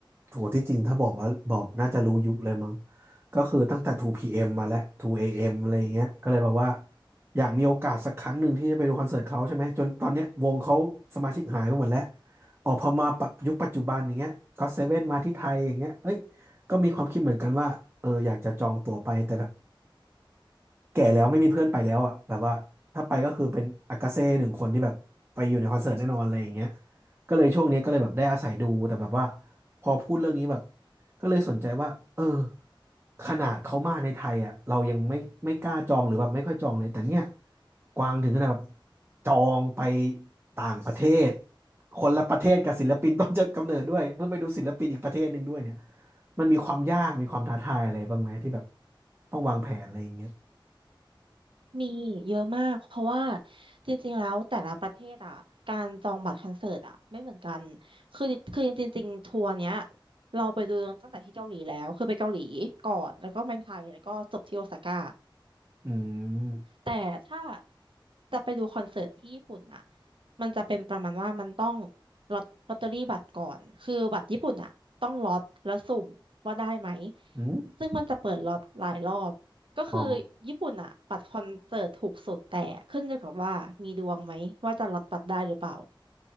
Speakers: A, on the right; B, on the right.
A: โหที่จริงถ้าบอกว่าบอกน่าจะรู้ยุคเลยมั้งก็คือตั้งแต่ 2PM มมาแล้ว 2AM อเอ็มอะไรอย่างเงี้ยก็เลยแบบว่าอยากมีโอกาสสักครั้งหนึ่งที่จะไปดูคอนเสิร์ตเขาใช่ไหมจนตอนเนี้ยวงเขาสมาชิกหายไปหมดแล้วออกพอมาปรับยุคปัจจุบันอย่างเงี้ยก็เซเว่นมาที่ไทยอย่างเงี้ยเอ้ยก็มีความคิดเหมือนกันว่าเอออยากจะจองตั๋วไปแต่ แก่แล้วไม่มีเพื่อนไปแล้วอ่ะแบบว่าถ้าไปก็คือเป็นอากาเซ่หนึ่งคนที่แบบไปอยู่ในคอนเสิร์ตแน่นอนอะไรอย่างเงี้ยก็เลยช่วงนี้ก็เลยแบบได้อาศัยดูแต่แบบว่าพอพูดเรื่องนี้แบบก็เลยสนใจว่าเออขนาดเขามาในไทยอ่ะเรายังไม่ไม่กล้าจองหรือแบบไม่ค่อยจองเลยแต่เนี่ยกวางถึงขนาดแบบจองไปต่างประเทศคนละประเทศกับศิลปินต้นจะกำเนิดด้วยเพื่อไปดูศิลปินอีกประเทศหนึ่งด้วยเนี่ยมันมีความยากมีความท้าทายอะไรบ้างไหมที่แบบต้องวางแผนอะไรอย่างเงี้ย
B: มีเยอะมากเพราะว่าจริงๆแล้วแต่ละประเทศอ่ะการจองบัตรคอนเสิร์ตอ่ะไม่เหมือนกันคือคือจริงๆทัวร์เนี้ยเราไปดูตั้งแต่ที่เกาหลีแล้วคือไปเกาหลีก่อนแล้วก็มาไทยแล้วก็จบที่โอซาก้า
A: อืม
B: แต่ถ้าจะไปดูคอนเสิร์ตที่ญี่ปุ่นน่ะมันจะเป็นประมาณว่ามันต้องลอตลอตเตอรี่บัตรก่อน คือบัตรญี่ปุ่นน่ะต้องล็อตแล้วสุ่มว่าได้ไหม
A: อืม
B: ซึ่งมันจะเปิดล็อตหลายรอบก็คือญี่ปุ่นน่ะบัตรคอนเสิร์ตถูกสุดแต่ขึ้นอยู่กับว่ามีดวงไหมว่าจะล็อตบัตรได้หรือเปล่า
A: อ๋อ